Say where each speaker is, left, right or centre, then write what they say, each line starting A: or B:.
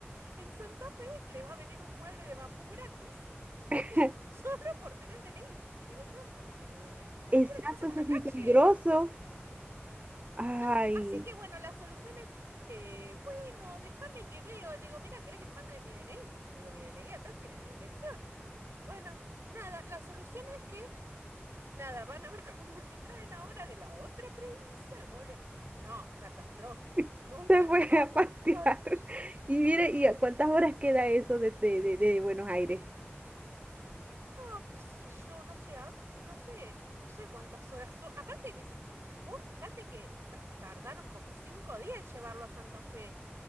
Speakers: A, on the right; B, on the right.
A: en Santa Fe le va a venir un mueble de bambú gratis
B: <laughs>
A: Solo por tener DNI. Digo, todo el mundo tiene DNI. Cualquiera
B: Exacto,
A: que pase por
B: eso
A: la
B: es
A: calle.
B: muy peligroso. Ay,
A: No, así que bueno, la solución es, eh, bueno, déjame que veo. Le digo, mira, ¿querés que te mande mi DNI? Le digo, mi DNI atrás tiene mi dirección. Bueno, nada, la solución es que, nada, van a ver <laughs> cómo me me traen ahora de la otra provincia al mueble. No, catastrófico.
B: <laughs>
A: Nunca
B: se fue
A: <laughs> más
B: a
A: compro
B: pasear.
A: así.
B: Y mire, ¿y a cuántas horas queda eso de, de, de, de Buenos Aires?
A: No, qué sé yo, no sé, ah, no sé, no sé cuántas horas son. Aparte, ni si... vos fijate que ta- tardaron como cinco días en llevarlo a Santa Fe.